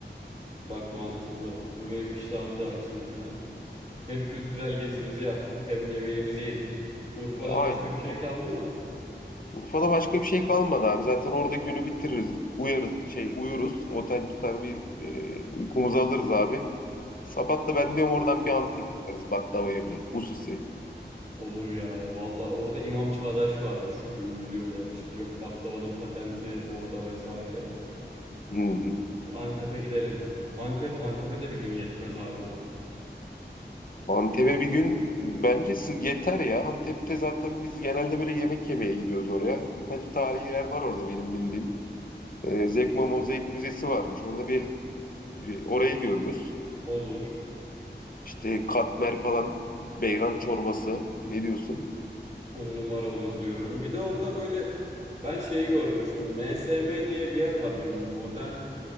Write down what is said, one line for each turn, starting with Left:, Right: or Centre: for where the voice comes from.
Right: Bak mantıklı. Bu benim iştahımı da açtı bu plan. Hem kültürel gezimizi yaptık hem yemeğimizi yedik. Urfa'da
Left: E, Aynen.
Right: başka bir
Left: Çok
Right: şey kaldı mı?
Left: Urfa'da başka bir şey kalmadı abi. Zaten orada günü bitiririz. Uyarız, şey uyuruz. Otel tutar bir e, uykumuzu alırız abi. Sabah da ben diyorum oradan bir Antep'e gideriz baklava yemeye. Hususi.
Right: Olur ya valla orada İmam Çağdaş varmış çok ünlü diyorlar işte yok baklavanın patenti orada vesaire.
Left: Hmm.
Right: Bir Antep'e gidelim. Antep Antep'e de bir gün yetmez abi ama.
Left: Antep'e bir gün bence sı- yeter ya. Antep'te zaten biz genelde böyle yemek yemeye gidiyoruz oraya. Birkaç tarihi yer var orada benim bildiğim. E, Zekma Mozaik Müzesi varmış. Orada bir E, orayı görürüz.
Right: Olur.
Left: İşte katmer falan, beyran çorbası. Ne diyorsun?
Right: On numara olur diyorum. Bir de orada böyle ben şeyi görmüştüm. MSM diye bir yer var böyle modern